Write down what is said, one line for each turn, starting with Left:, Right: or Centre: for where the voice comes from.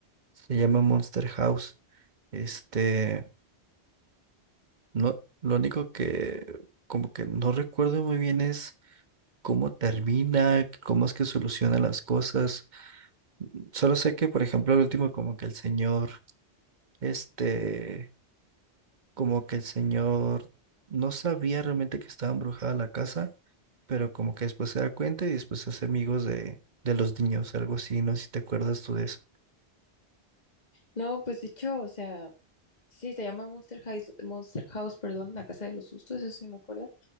Right: se llama Monster House. Este, no, lo único que como que no recuerdo muy bien es cómo termina, cómo es que soluciona las cosas. Solo sé que, por ejemplo, el último como que el señor, este, como que el señor no sabía realmente que estaba embrujada la casa pero como que después se da cuenta y después se hace amigos de, de los niños, algo así, no sé si te acuerdas tú de eso.
Left: No, pues de hecho, o sea, sí, se llama Monster House, Monster House, perdón, la casa de los sustos, eso sí me acuerdo.